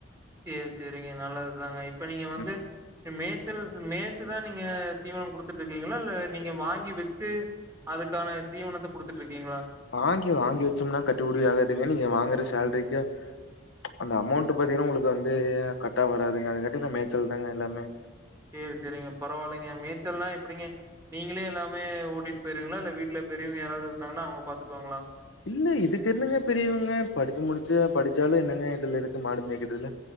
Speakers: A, on the right (about 15°); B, on the left (about 75°).
A: சேரி சேரிங்க நல்லதுதாங்க இப்ப நீங்க வந்து
B: ம்.
A: அ மேச்சல் ம் மேச்சு தா நீங்க தீவனோ குடுத்துட்ருக்கீங்களா இல்ல நீங்க வாங்கி வெச்சு அதுக்கான தீவனத்த குடுத்துட்ருக்கீங்களா
B: வாங்கி வாங்கி வச்சம்னா கட்டுவுடி ஆகாதுங்க நீங்க வாங்கற சேல்ரிக்கு ப்ச் அந்த அமௌண்ட் பாத்தீங்கனா உங்குளுக்கு வந்து கர்ட்டா வராதுங்க அது காட்டினா மேச்சல் தாங்க எல்லாமே
A: சேரி சேரிங்க பரவால்லேங்க மேச்சல்னா எப்டிங்க நீங்களே எல்லாமே ஓட்டிட்டு போயிருவீங்களா இல்ல வீட்ல பெரியவங்க யாராவது இருந்தாங்கனா அவுங்க பாத்துக்குவாங்களா
B: இல்ல இதுக்கு என்னங்க பெரியவங்க படிச்சு முடிச்சு படிச்சாலு என்னங்க இதுல இருக்கு மாடு மேய்க்றதில